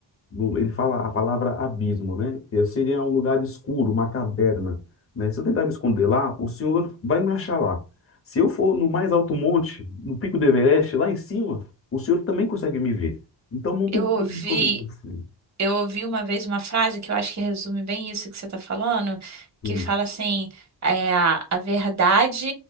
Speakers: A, on the left; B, on the right.
A: no- ele fala a palavra abismo, né? Que seria um lugar escuro, uma caverna, né? Se eu tentar me esconder lá, o Senhor vai me achar lá. Se eu for no mais alto monte, no pico do Everest, lá em cima, o Senhor também consegue me ver. Então não tem
B: Eu
A: como
B: ouvi
A: eu me esconder de você.
B: Eu ouvi uma vez uma frase que eu acho que resume bem isso que você está falando,
A: Hum,
B: que fala assim, é, a, a verdade